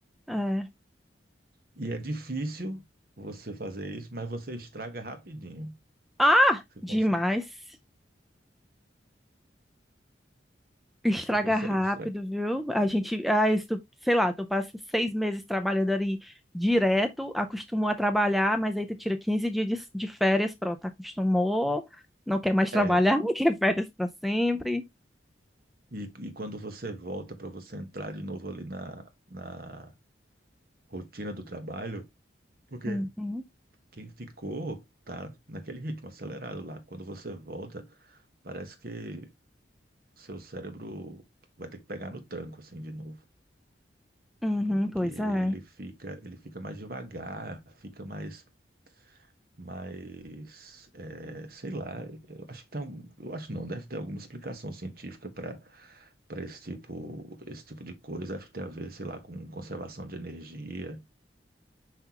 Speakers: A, in the centre; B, on the right.
A: é.
B: E é difícil você fazer isso, mas você estraga rapidinho.
A: Ah,
B: Você consegue,
A: demais. Estraga
B: você consegue
A: rápido,
B: estragar.
A: viu? A gente, ah, isso, tu- sei lá, tu passa seis meses trabalhando ali direto, acostumou a trabalhar, mas aí tu tira 15 dias de, de férias, pronto, acostumou, não quer mais trabalhar,
B: É.
A: <laughs> não quer férias para sempre.
B: E, e quando você volta para você entrar de novo ali na, na rotina do trabalho, porque
A: Uhum,
B: Quem ficou tá naquele ritmo acelerado lá. Quando você volta, parece que seu cérebro vai ter que pegar no tranco assim de novo,
A: uhum,
B: porque
A: pois
B: ele
A: é.
B: fica, ele fica mais devagar, fica mais, mais, é, sei lá. Eu acho que tem, algum- eu acho não, deve ter alguma explicação científica para para esse tipo, esse tipo de coisa. Acho que tem a ver, sei lá, com conservação de energia